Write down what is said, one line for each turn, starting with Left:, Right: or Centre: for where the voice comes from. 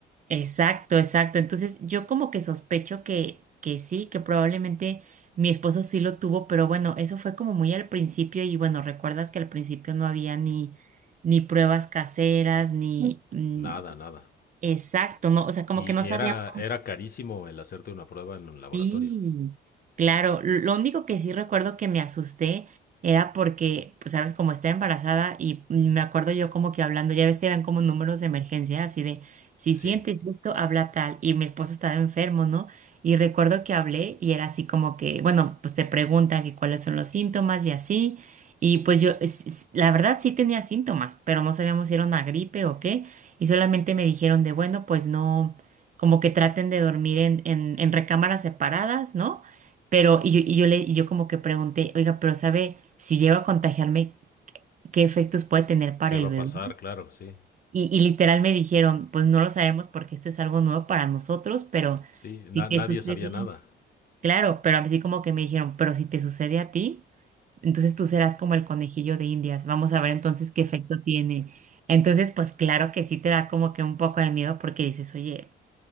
Right: Exacto, exacto. Entonces yo como que sospecho que, que sí, que probablemente mi esposo sí lo tuvo, pero bueno, eso fue como muy al principio y bueno, recuerdas que al principio no había ni, ni pruebas caseras, ni... mm,
Left: Nada, nada.
Right: Exacto, no, o sea, como
Left: Y
Right: que no sabíamos.
Left: era, era carísimo el hacerte una prueba en un laboratorio.
Right: Sí, claro. Lo único que sí recuerdo que me asusté era porque, pues, sabes, como estaba embarazada y me acuerdo yo como que hablando, ya ves que eran como números de emergencia, así de, si
Left: Sí.
Right: sientes esto, habla tal. Y mi esposo estaba enfermo, ¿no? Y recuerdo que hablé y era así como que, bueno, pues te preguntan que cuáles son los síntomas y así. Y pues yo, es- es- la verdad sí tenía síntomas, pero no sabíamos si era una gripe o qué. Y solamente me dijeron de, bueno, pues no como que traten de dormir en, en, en recámaras separadas, ¿no? Pero, y yo, y yo le, y yo como que pregunté, oiga, pero ¿sabe si llego a contagiarme, qué efectos puede tener para
Left: ¿Qué
Right: el
Left: va a
Right: bebé?
Left: pasar? Claro, sí.
Right: Y, y literal me dijeron, pues no lo sabemos porque esto es algo nuevo para nosotros, pero
Left: Sí. Na-
Right: si te
Left: nadie
Right: sucede,
Left: sabía nada.
Right: claro, pero así como que me dijeron, pero si te sucede a ti, entonces tú serás como el conejillo de Indias, vamos a ver entonces qué efecto tiene. Entonces, pues claro que sí te da como que un poco de miedo porque dices, oye,